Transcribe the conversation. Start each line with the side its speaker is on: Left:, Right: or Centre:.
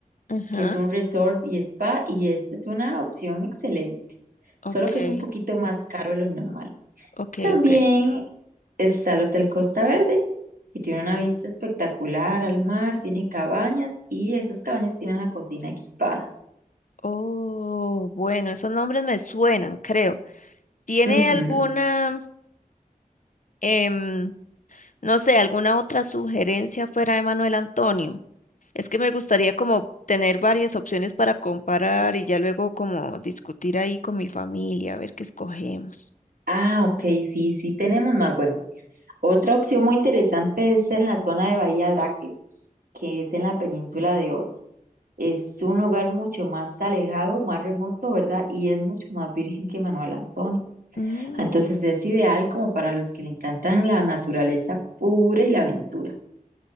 Left: ajá.
Right: que es un resort y spa, y esa es una opción excelente,
Left: Ok.
Right: solo que es un poquito más caro de lo normal.
Left: Ok,
Right: También
Left: ok.
Right: está el Hotel Costa Verde, y tiene una vista espectacular al mar, tiene cabañas, y esas cabañas tienen la cocina equipada.
Left: Oh, bueno, esos nombres me suenan, creo. ¿Tiene
Right: Ujú.
Left: alguna, em, no sé, alguna otra sugerencia fuera de Manuel Antonio? Es que me gustaría como tener varias opciones para comparar y ya luego como discutir ahí con mi familia, a ver qué escogemos.
Right: Ah, ok, sí, sí tenemos más. Bueno, otra opción muy interesante es en la zona de Bahía Draque, que es en la península de Oz. Es un lugar mucho más alejado, más remoto, ¿verdad? Y es mucho más virgen que Manuel Antonio.
Left: Mm,
Right: Entonces es ideal como para los que le encantan la naturaleza pura y la aventura.